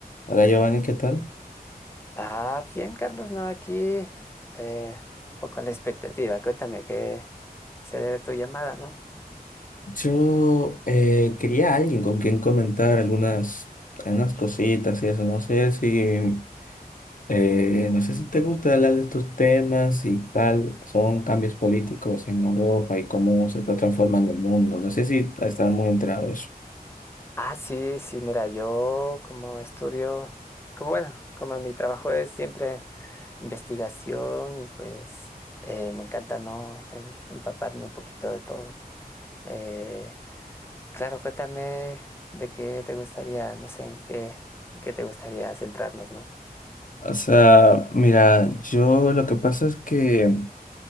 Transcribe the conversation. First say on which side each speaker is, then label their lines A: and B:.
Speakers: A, on the left; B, on the left.
A: Hola Giovanni, ¿qué tal?
B: Ah, bien, Carlos, no, aquí eh, poco a la expectativa. Cuéntame qué se debe tu llamada, ¿no?
A: Yo eh, quería a alguien con quien comentar algunas, algunas cositas y eso. No sé si, eh, no sé si te gusta hablar de estos temas y tal. Son cambios políticos en Europa y cómo se está transformando el mundo. No sé si estás muy enterado de eso.
B: Ah, sí, sí, mira, yo como estudio, como bueno, como mi trabajo es siempre investigación y pues eh, me encanta, ¿no? Em- empaparme un poquito de todo. Eh, claro, cuéntame de qué te gustaría, no sé, en qué, en qué te gustaría centrarnos, ¿no?
A: O sea, mira, yo lo que pasa es que